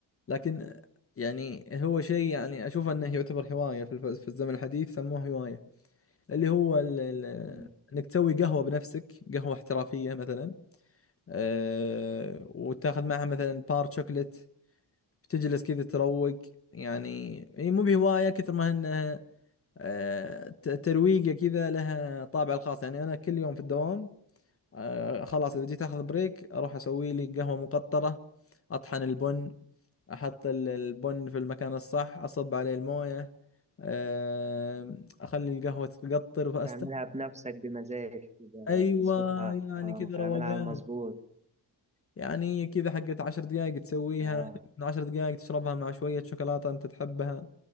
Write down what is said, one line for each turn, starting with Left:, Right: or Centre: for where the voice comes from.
Left: لكن يعني هو شيء يعني اشوف انه يعتبر هوايه في الف- في الزمن الحديث سموه هوايه اللي هو ال ال
Right: مم.
Left: انك تسوي قهوه بنفسك قهوه احترافيه مثلا أه وتاخذ معها مثلا بار شوكلت تجلس كذا تروق يعني هي مو بهوايه كثر ما انها أه ت- ترويقه كذا لها طابع الخاص يعني انا كل يوم في الدوام آه خلاص اذا جيت اخذ بريك اروح اسوي لي قهوة مقطرة اطحن البن احط ال- البن في المكان الصح اصب عليه الموية آه اخلي القهوة تقطر فاست
Right: تعملها بنفسك بمزاج كده
Left: ايوه
Right: تظبطها
Left: يعني كذا
Right: اعملها
Left: روقان
Right: على المظبوط
Left: يعني كذا حقت عشر دقائق تسويها
Right: اه
Left: من عشر دقائق تشربها مع شوية شوكولاتة انت تحبها